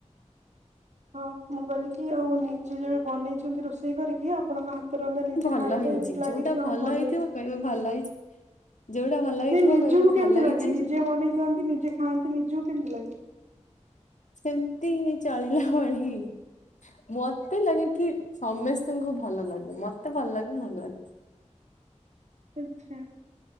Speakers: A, on the right; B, on the left.
A: ହଁ ମୁଁ କହିଲି କି ଆଉ ନିଜେ ଯଉ ବନେଇଛନ୍ତି ରୋଷେଇ କରିକି ଆପଣଙ୍କ ହା ତ ରନ୍ଧା ନିଜେ
B: ଭଲ
A: ଖାଇଲେ
B: ହେଇଛି
A: ଏମିତି ଲାଗେ
B: ଯୋଉଟା
A: କି ହଁ ଭଲ
B: ହେଇଥିବ
A: ହେଇଚି।
B: କହିବେ ଭଲ ହେଇଛି। ଯୋଉଟା ଭଲ ହେଇଥିବ
A: ନାଇଁ ନିଜକୁ
B: କହିବେ
A: କେମିତି
B: ଭଲ ହେଇଛି
A: ଲାଗେ? ନିଜେ ବନେଇଥାନ୍ତି ନିଜେ ଖାଆନ୍ତି ନିଜକୁ କେମିତି ଲାଗେ?
B: ସେମତି ଚଳିଲା ଭଳି। ମତେ ଲାଗେ କି ସମସ୍ତଙ୍କୁ ଭଲ ଲାଗୁ। ମତେ ଭଲ ଲାଗୁ ନଲାଗୁ।
A: ଆଛା।